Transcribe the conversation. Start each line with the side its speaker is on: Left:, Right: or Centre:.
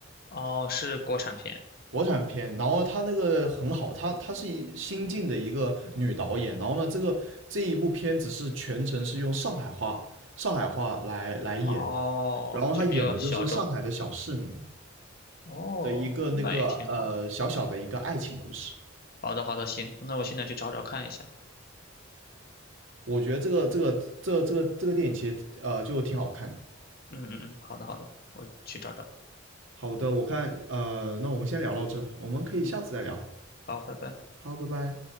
Left: 哦，是国产片
Right: 国产片，然后她那个很好，她她是一新晋的一个女导演，然后呢，这个这一部片子是全程是用上海话上海话来来演的，
Left: 哦，
Right: 然后她演的就是上海的小市民
Left: 就比较小众哦，
Right: 的一个那个呃小小的一个爱情故事，
Left: 那也挺好。好的，好的，行，那我现在去找找看一下。
Right: 我觉得这个这个这个这个这个电影其实呃就挺好看的。
Left: 嗯嗯嗯，好的，好的，我去找找。
Right: 好的，我看呃，那我们先聊到这，我们可以下次再聊。
Left: 嗯，好，拜拜。
Right: 好，拜拜。